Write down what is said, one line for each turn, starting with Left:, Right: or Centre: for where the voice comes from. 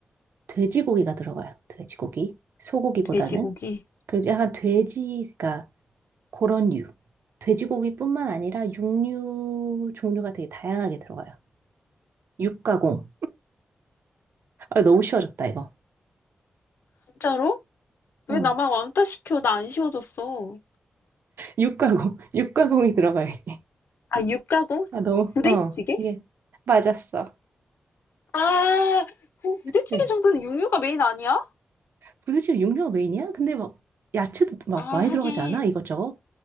Right: 돼지고기가 들어가요. 돼지고기. 소고기보다는.
Left: 돼지고기.
Right: 그래도 약간 돼지가 그런 류. 돼지고기뿐만 아니라 육류 종류가 되게 다양하게 들어가요. 육가공. 아, 너무 쉬워졌다, 이거.
Left: 진짜로? 왜
Right: 어,
Left: 나만 왕따 시켜? 나 안 쉬워졌어.
Right: 육가공. <laughs> 육가공이 들어가요, 이게.
Left: 아, 육가공?
Right: 아, 너무,
Left: 부대찌개?
Right: 어, 이게. 맞았어.
Left: 아, 그 부대찌개
Right: 네.
Left: 정도는 육류가 메인 아니야?
Right: 부대찌개 육류가 메인이야? 근데 막, 야채도 막
Left: 아,
Right: 많이
Left: 하긴.
Right: 들어가지 않아? 이것저것?